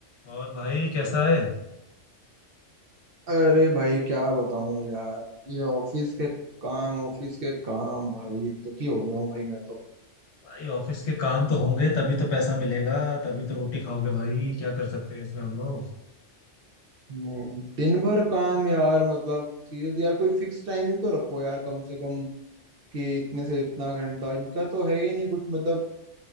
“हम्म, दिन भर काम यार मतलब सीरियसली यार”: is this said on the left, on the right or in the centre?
Right